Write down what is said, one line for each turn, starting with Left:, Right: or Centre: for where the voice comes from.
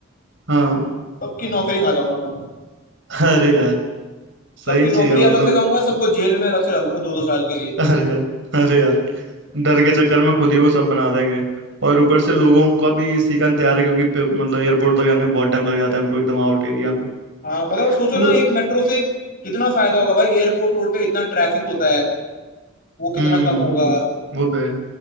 Right: हाँ
Left: सबकी नौकरी खा जाऊंगा मैं
Right: अरे यार सही
Left: सबकी नौकरी
Right: चीज है मतलब
Left: अलग से खाऊंगा सबको जेल में अलग से डालूंगा दो दो साल के लिए
Right: अरे यार अरे यार डर के चक्कर में खुद ही वो सब बना देंगे और ऊपर से लोगों का भी इसी का इंतजार है क्योंकि पे- मतलब एयरपोर्ट तक जाने में बहुत टाइम लग जाता है उनको एकदम आउट एरिया में
Left: हाँ मतलब
Right: मतलब
Left: सोचो ना एक मेट्रो से कितना फायदा होगा भाई एयरपोर्ट रोड पे इतना ट्रैफिक होता है वो कितना
Right: हम्म
Left: कम होगा
Right: हम्म, वो तो है